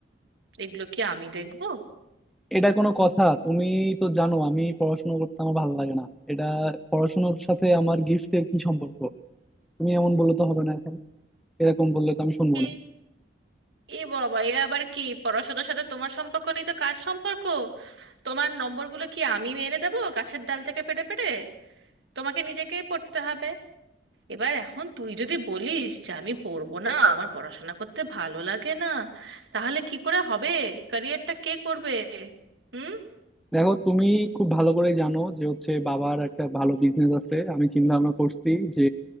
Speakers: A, on the right; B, in the centre.
A: এগুলো কি আমি দেখবো
B: এটা কোনো কথা তুমি তো জানো আমি পড়াশোনা করতে আমার ভালো লাগে না এটা পড়াশোনার সাথে আমার গিফটের কি সম্পর্ক তুমি এমন বললে তো হবে না এখন এরকম বললে তো আমি শুনবো
A: এ
B: না
A: এ বাবা এ আবার কি পড়াশোনার সাথে তোমার সম্পর্ক নেই তো কার সম্পর্ক তোমার নম্বরগুলো কি আমি এনে দেবো গাছের ডাল থেকে পেড়ে পেড়ে তোমাকে নিজেকেই পড়তে হবে এবার এখন তুই যদি বলিস যে আমি পড়বো না আমার পড়াশোনা করতে ভালো লাগে না তাহলে কি করে হবে ক্যারিয়ারটা কে করবে হুম
B: দেখো তুমি খুব ভালো করে জানো যে হচ্ছে বাবার একটা ভালো বিজনেস আছে আমি চিন্তা ভাবনা করছি যে